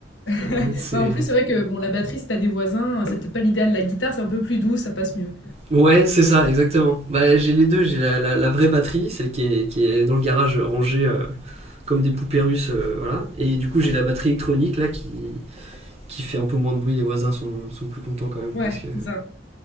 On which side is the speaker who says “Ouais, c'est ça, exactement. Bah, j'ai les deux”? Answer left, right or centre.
Right